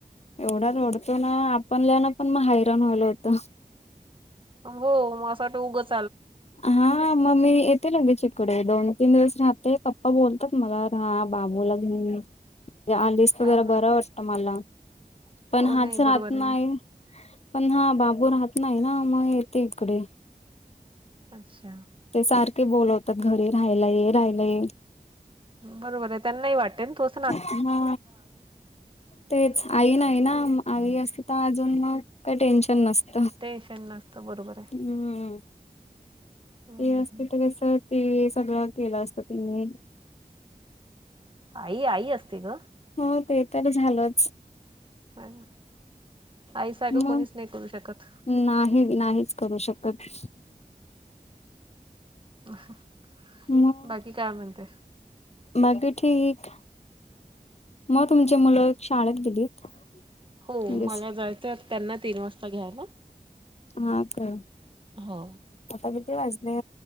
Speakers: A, on the left (about 45°); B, on the right (about 35°).
A: एवढा रोडतो ना आपणल्या ना पण मग हैराण व्हायला होतं.
B: हो म असं वाटत उगचं
A: हा मग मी येते लगेच इकडे दोन तीन दिवस राहते पप्पा बोलतात मला हा बाबूला घेऊन आलीस तर
B: हा
A: जरा
B: हा
A: बरं वाटत मला पण
B: हो
A: हाच
B: नाही बरोबर
A: राहत
B: आहे
A: नाही.
B: ना
A: पण हा बाबू राहत नाही ना मग येते इकडे
B: अच्छा.
A: ते सारखे बोलवतात घरी राहायला ये राहायला ये.
B: बरोबर आहे त्यांनाही वाटते ना तु अ
A: हा तेच आई नाही ना म आई अस ता अजून मग काय टेन्शन नसत
B: टेन्शन नसतं बरोबर आहे.
A: हम्म.
B: हम्म
A: ति असती त कसं ती सगळं केलं असत तिनी.
B: आई आई असते ग.
A: हो ते तर झालंच.
B: नाय हो आई सारखं
A: मग
B: कोणीच नाय करू शकत.
A: नाही नाहीच करू शकत.
B: <unintelligible>
A: म
B: बाकी काय म्हणते.
A: बाकी ठीक म तुमची मुलं शाळेत गेलीत.
B: हो
A: म्हणजे
B: मला जायचं आता त्यांना तीन वाजता घ्यायला.
A: हा काय
B: हो.
A: आता किती वाजले